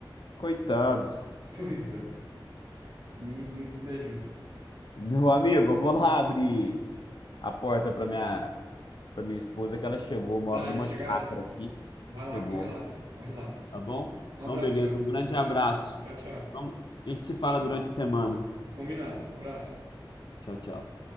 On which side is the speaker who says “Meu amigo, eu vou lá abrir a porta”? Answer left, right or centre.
Left